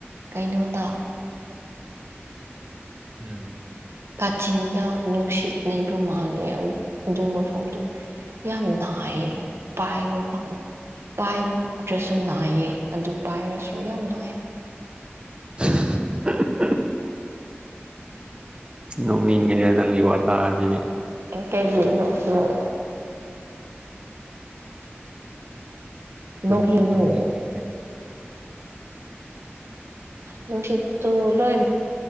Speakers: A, on the right (about 75°); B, on the right (about 25°).
A: ꯀꯩꯅꯣꯗ
B: ꯎꯝ
A: ꯀꯥꯆꯤꯟꯗ ꯅꯨꯡꯁꯤꯠ ꯂꯩꯕ ꯃꯥꯜꯂꯦ ꯑꯗꯨ ꯑꯗꯨ ꯃꯐꯝꯗꯨ ꯌꯥꯝ ꯅꯥꯏ ꯄꯥꯏꯕ ꯐꯪ ꯄꯥꯏꯗ꯭ꯔꯁꯨ ꯅꯥꯏꯌꯦ ꯑꯗꯨ ꯄꯥꯏꯔꯁꯨ ꯌꯥꯝ ꯅꯥꯏ
B: <unintelligible> ꯅꯣꯛꯅꯤꯡꯉꯦ ꯅꯪ ꯅꯪꯒꯤ ꯋꯥꯇꯥꯖꯤꯗꯤ
A: ꯑꯦ ꯀꯩꯒꯤ ꯅꯣꯛꯄꯅꯣ
B: ꯇꯨꯝꯁꯨ
A: ꯅꯣꯛꯄꯤꯒꯅꯨ
B: ꯇꯨꯝꯅꯤꯡꯉꯦ
A: ꯅꯨꯡꯁꯤꯠ ꯇꯣ ꯂꯣꯏ